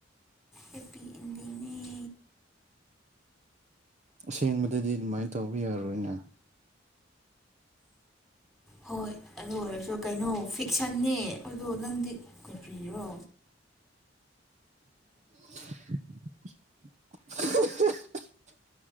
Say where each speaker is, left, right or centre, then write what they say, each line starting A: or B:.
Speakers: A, in the centre; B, on the right (about 40°).
A: ꯍꯦꯄꯤ ꯑꯦꯟꯗꯤꯡꯅꯦ
B: ꯑꯁꯦꯡꯕꯗꯗꯤ ꯑꯗꯨꯃꯥꯏꯅ ꯇꯧꯕ ꯌꯥꯔꯔꯣꯏꯅꯦ
A: ꯍꯣꯏ ꯑꯗꯨ ꯑꯣꯏꯔꯁꯨ ꯀꯩꯅꯣ ꯐꯤꯛꯁꯟꯅꯦ ꯑꯗꯨꯗꯣ ꯅꯪꯗꯤ ꯀꯨꯕꯤꯔꯣ
B: <unintelligible>